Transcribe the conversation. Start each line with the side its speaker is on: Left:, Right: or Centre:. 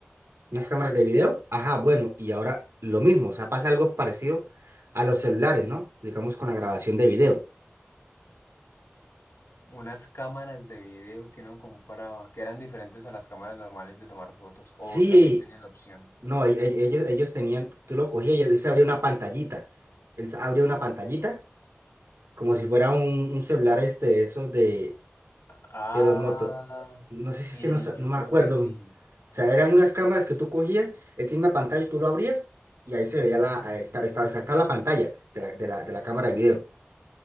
Right: Unas cámaras de video. Ajá, bueno, y ahora lo mismo. O sea, pasa algo parecido a los celulares, ¿no? Digamos con la grabación de video.
Left: Unas cámaras de video que uno compraba, que eran diferentes a las cámaras normales de tomar fotos, o
Right: Sí,
Left: también tienen la opción.
Right: No, e- e- ellos, ellos tenían, tú lo cogías y él se abría una pantallita. Él se abría una pantallita como si fuera un, un celular este, de esos de,
Left: Ah,
Right: de los motos. No sé
Left: sí,
Right: si es que no, sa-
Left: yo
Right: no me
Left: creo
Right: acuerdo.
Left: que sí,
Right: O sea, eran unas cámaras que tú cogías, él tiene una pantalla y tú lo abrías y ahí se veía la, eh, esta- esta- o sea, estaba la pantalla de la, de la, de la cámara de video.